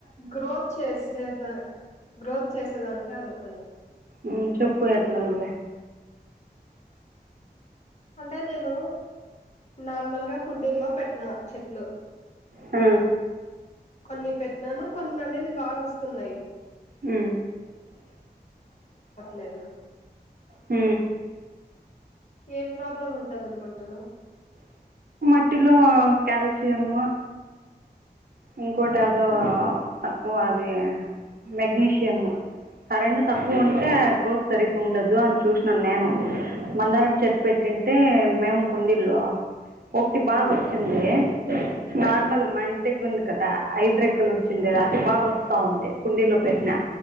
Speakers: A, on the left; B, on the right.
A: గ్రోత్ చేసేదా గ్రోత్ చేసేదానికి అడద్ తను
B: ఉ చెప్పు ఎట్లా నువ్వే
A: అంటే నేను నార్మల్గా కుండీల్లో పెట్టినా చెట్లు
B: ఆ
A: కొన్ని పెట్నాను కొన్ని అనేది బాగా వస్తున్నాయి
B: ఊ
A: లేదు
B: ఊ
A: ఏం ప్రాబ్లం ఉంటది అనుకుంటునావ్
B: కుట్టిలో కాల్షియము ఇంకోటి అదో తక్కువ అది మెగ్నీషియమ్ కరెంట్ తక్కువ ఉంటే గ్రోత్ సరిగుండదు అని చూసినాను నేను మందారం చెట్టు పెట్టింటే మేము కుండిల్లో ఒకటి
A: ఉమ్
B: బాగా వచ్చింది నార్మల్ మం నీదగ్గర ఉంది కదా ఐదు రెక్కలు వచ్చిండే అది బాగా వస్తా ఉంది కుండీలో పెట్టిన